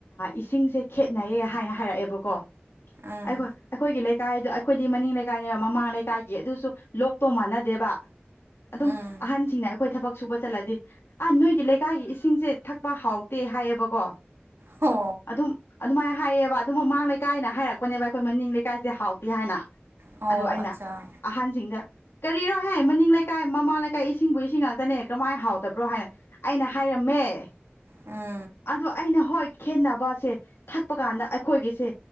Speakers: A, on the left (about 75°); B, on the right (about 75°).
A: ꯏꯁꯤꯡꯁꯦ ꯈꯦꯠꯅꯩꯌꯦ ꯍꯥꯏꯅ ꯍꯥꯏꯔꯛꯑꯦꯕꯀꯣ
B: ꯎꯝ
A: ꯑꯩꯈꯣꯏ ꯑꯩꯈꯣꯏꯒꯤ ꯂꯩ ꯂꯩ ꯀꯥꯏꯗꯣ ꯑꯩꯈꯣꯏꯗꯤ ꯃꯅꯤꯡ ꯂꯩꯀꯥꯏꯅꯦꯕ ꯃꯃꯥꯡ ꯂꯩꯀꯥꯏꯒꯤ ꯑꯗꯨꯁꯨ ꯂꯣꯛꯇꯣ ꯃꯥꯟꯅꯗꯦꯕ ꯑꯗꯨꯝ
B: ꯎꯝ
A: ꯑꯍꯟꯁꯤꯡꯅ ꯑꯩꯈꯣꯏ ꯊꯕꯛ ꯁꯨꯕ ꯆꯠꯂꯗꯤ ꯑ ꯅꯣꯏꯒꯤ ꯂꯩꯀꯥꯏꯒꯤ ꯏꯁꯤꯡ ꯁꯦ ꯊꯛꯄ ꯍꯥꯎꯇꯦ ꯍꯥꯏꯌꯦꯕꯀꯣ
B: ꯍꯣ
A: ꯑꯗꯨꯝ ꯑꯗꯨꯃꯥꯏꯅ ꯍꯥꯏꯌꯦꯕ ꯑꯗꯨ ꯃꯃꯥꯡ ꯂꯩꯀꯥꯏꯅ ꯍꯥꯏꯔꯛꯄꯅꯦꯕ ꯑꯩꯈꯣꯏ ꯃꯅꯤꯡ ꯂꯩꯀꯥꯏꯁꯦ ꯍꯥꯎꯇꯦ ꯍꯥꯏꯅ
B: ꯑꯣ
A: ꯑꯗꯨ ꯑꯩꯅ
B: ꯑꯠꯆꯥ
A: ꯑꯍꯟꯁꯤꯡꯗ ꯀꯔꯤꯔꯣꯍ ꯃꯅꯤꯡ ꯂꯩꯀꯥꯏ ꯃꯃꯥ ꯂꯩꯀꯥꯏ ꯏꯁꯤꯡꯕꯨ ꯏꯁꯤꯡ ꯉꯥꯛꯇꯅꯦ ꯀꯃꯥꯏꯅ ꯍꯥꯎꯗꯕ꯭ꯔꯣ ꯍꯥꯏꯅ ꯑꯩꯅ ꯍꯥꯏꯔꯝꯃꯦ
B: ꯎꯝ
A: ꯑꯗꯣ ꯑꯩꯅ ꯍꯣꯏ ꯈꯦꯠꯅꯕꯁꯦ ꯊꯛꯄ ꯀꯥꯟꯗ ꯑꯩꯈꯣꯏꯒꯤꯁꯦ